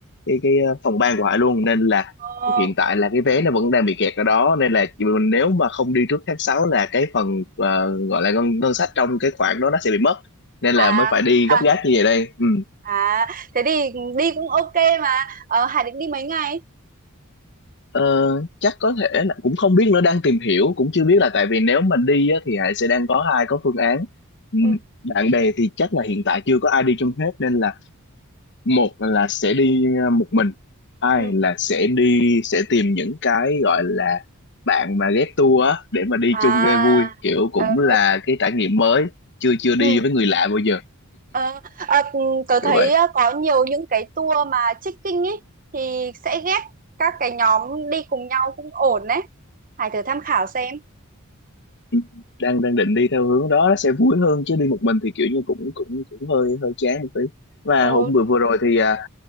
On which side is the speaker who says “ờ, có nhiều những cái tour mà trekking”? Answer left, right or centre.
Right